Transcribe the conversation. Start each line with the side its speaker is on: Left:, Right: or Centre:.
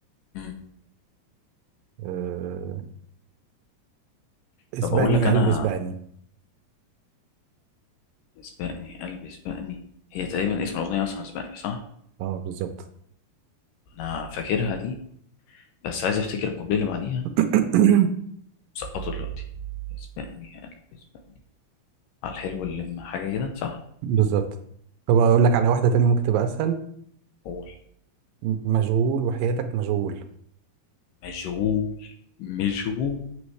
Left: مم.
Right: آه، اسبقني
Left: طب اقول لك
Right: يا
Left: انا
Right: قلبي اسبقني
Left: سبقني قلبي سبقني هي تقريبا اسم الاغنيه اصلا سبقني صح
Right: اه بالظبط
Left: انا فاكرها دي بس عايز افتكر الكوبليه اللي بعديها
Right: <clears throat> <coughs>
Left: سقطه دلوقتي اسبقني يا قلبي اسبقني على الحلو اللي لما حاجة كده صح
Right: بالظبط طب اقول لك على واحده تانية ممكن تبقى اسهل
Left: قول
Right: م- مشغول وحياتك مشغول
Left: مشغول مشغول